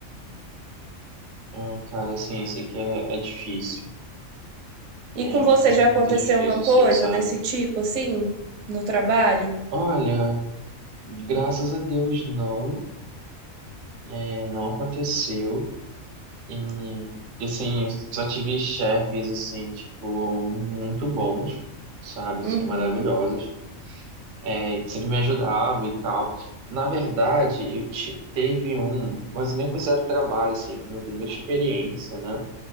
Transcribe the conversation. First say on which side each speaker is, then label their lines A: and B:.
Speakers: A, on the right; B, on the right.
A: Ah, cara, assim, eu sei que é, é difícil.
B: E
A: É
B: com você
A: uma coisa
B: já
A: muito
B: aconteceu
A: difícil,
B: uma coisa
A: assim, sabe?
B: desse tipo, assim, no trabalho?
A: Olha, graças a Deus não, é, não aconteceu. E, assim, eu só tive chefes, assim, tipo, muito bons, sabe?
B: Uhum,
A: Assim, maravilhosos, é, que sempre me ajudavam e tal. Na verdade, eu te, teve um, mas eu nem considero trabalho, assim, foi a minha primeira experiência, né?